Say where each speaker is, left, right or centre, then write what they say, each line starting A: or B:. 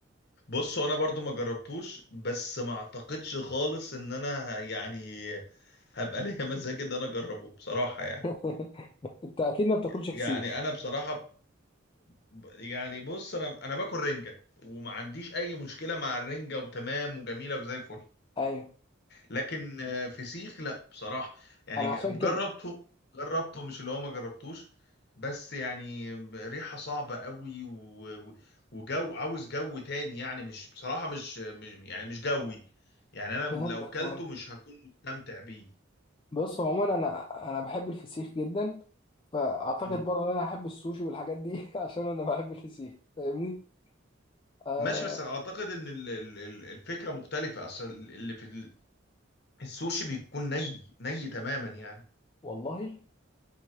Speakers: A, on the left (about 55°); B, on the left (about 25°).
A: بص هو انا برضو ما جربتوش بس ما اعتقدش خالص ان انا ه- يعني هبقى <laughs> ليا مزاج ان انا اجربه بصراحة يعني
B: <laughs> انت اكيد ما بتاكلش
A: يعني
B: فسيخ
A: انا بصراحة ب- يعني بص انا انا باكل رنجه وما عنديش اي مشكله مع الرنجه وتمام وجميله وزي الفل
B: ايوه
A: لكن آه، فسيخ لا بصراحه يعني
B: انا
A: ج-
B: عشان كده
A: جربته جربته مش اللي هو ما جربتوش بس يعني ريحه صعبه قوي و... و- وجو عاوز جو تاني يعني مش بصراحه مش مش- يعني مش جوي يعني انا
B: فهمتك
A: لو كلته
B: فهمت
A: مش هكون مستمتع بيه
B: بص عموما انا انا بحب الفسيخ جدا فاعتقد
A: مم.
B: برضه ان انا احب السوشي والحاجات دي <laughs> عشان انا بحب الفسيخ فاهمني آه
A: ماشي بس اعتقد ان ال- ال- ال- الفكره مختلفه اصل اللي في ال- السوشي بيكون ني ني تماما يعني
B: والله